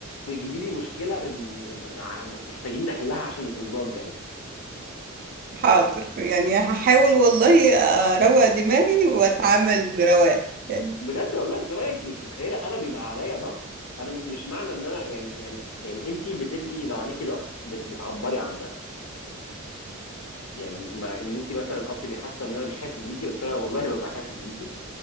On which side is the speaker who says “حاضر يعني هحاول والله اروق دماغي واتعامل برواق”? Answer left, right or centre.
Right